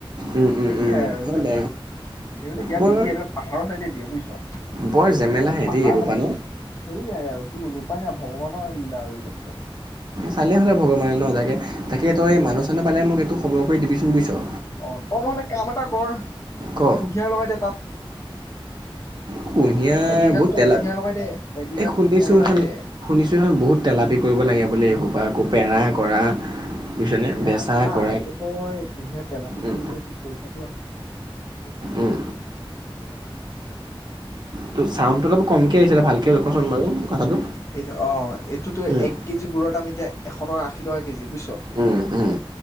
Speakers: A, on the right; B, on the left.
A: উম উম
B: সোই
A: উম
B: আৰু এইবিলাক
A: হয় বাৰু
B: এইবিলাক ইয়াত
A: বৰ
B: নিদিয়ে এইবিলাক পাহাৰৰ চাইডে দিয়ে বুজিছ অঁ
A: বৰ জেমেলাহে
B: পাহাৰ
A: দেই এইবোৰ
B: নহয়
A: পা ন
B: নহয় হেৰি নাই আৰু কি কৰিলো উপায় নাই ভগৱানৰ আহলিলা আৰু এইবিলাক তত
A: চালি আহহঁলে ভগৱানে ন তাকে তাকে
B: উম
A: তই মানুহ চানহ পালে মোক এইটো খবৰক কৰি দিবি ছু্বৈছশ
B: অঁ তই নহলে কাম এটা কৰ তই
A: ক
B: কুঁহিয়াৰ লগাই দে তাত
A: কুঁহিয়াৰ
B: এবিঘাত
A: বহুত
B: তই
A: তেল
B: কুঁহিয়াৰ লগাই দে এবিঘাত
A: এই শুনিছো
B: কুঁহিয়াৰ লগাই
A: সখন
B: দে
A: শুনিছো সখন বহুত তেলাপি কৰিব লাগে বোলে এইহোপা ক পেৰা কৰা বুজিছনে
B: পেৰা
A: বেচা
B: চা
A: কৰা
B: এতিয়া তই কুঁহিয়াৰ তেলাপি
A: উম
B: কৰিলেও তো পইচা সটো আছে নহয় এক কেজিত
A: উম
B: এক কেজিত দৰৰ দাম
A: তোৰ চাউণ্ডটো অলপ কমকে আহিছিলে ভালকে কচোন বাৰু কথাটো
B: য টো অ এইটোতো
A: উম
B: এক কেজি গুড় দাম এতিয়া এশ টকা আশী টকা কেজি বুইছ
A: উম উম